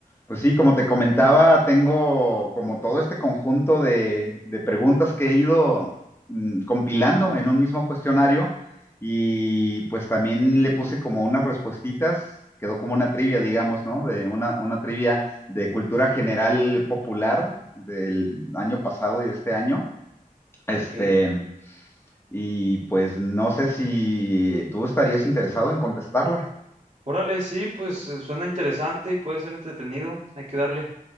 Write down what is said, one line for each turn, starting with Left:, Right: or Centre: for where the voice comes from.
Left: Pues sí, como te comentaba, tengo como todo este conjunto de, de preguntas que he ido mm, compilando en un mismo cuestionario y pues también le puse como unas respuestitas, quedó como una trivia, digamos, ¿no? De una, una trivia de cultura general popular del año pasado y de este año. Este,
Right: Ok.
Left: y pues no sé si tú estarías interesado en contestarla.
Right: Órale, sí, pues eh, suena interesante y puede ser entretenido. Hay que darle.